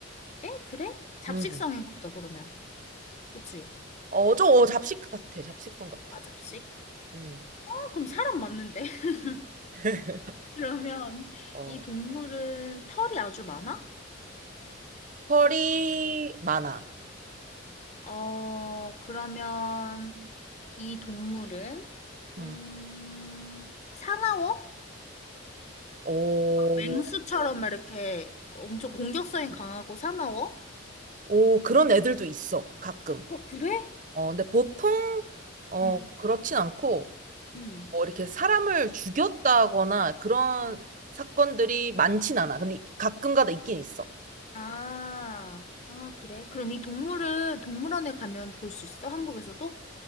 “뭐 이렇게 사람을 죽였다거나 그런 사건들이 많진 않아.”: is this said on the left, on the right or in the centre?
Right